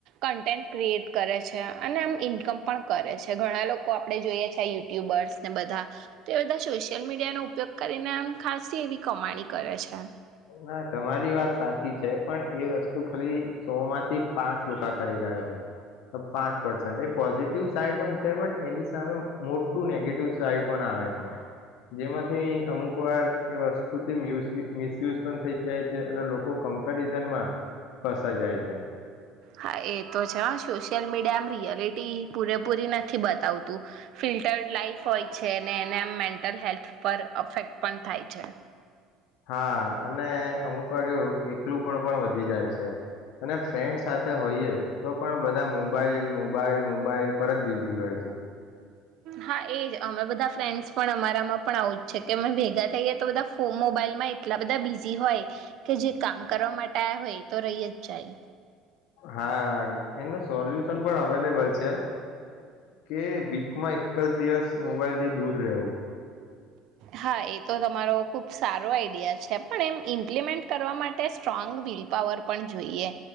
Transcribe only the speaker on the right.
કન્ટેન્ટ ક્રિએટ કરે છે અને આમ ઇન્કમ પણ કરે છે ઘણા લોકો. કો આપણે જોઈએ છે યુ ટ્યુબર્સ ને બધા તો બધા. સોશિયલ મીડિયાનોો ઉપયોગ કરીને આમ ખાસ એવી કમાણી કરે છે.
હા એ તો છે હ સોશિયલ મીડિયા આમ રિયાલિટી પૂરેપૂરી નથી બતાવતું ફિલ્ટર્ડ લાઈફ હોય છે ને એને આમ મેન્ટલ હેલ્થ પર અફેક્ટ પણ થાય છે.
હા એજ અમે બધા ફ્રેન્ડસ પણ અમારામાં પણ આવું જ છે કે અમે ભેગા થઈ ગયા તો બધા ફ મોબાઈલ માં એટલા બધા બિઝી હોય કે જે કામ કરવા માટે આવ્યા હોય તો રહી જ જાય.
હા એ તો તમારો ખૂબ સારો આઈડિયા છે પણ એમ ઇમ્પ્લિમેન્ટ કરવા માટે સ્ટ્રોંગ વિલપાવર પણ જોઈએ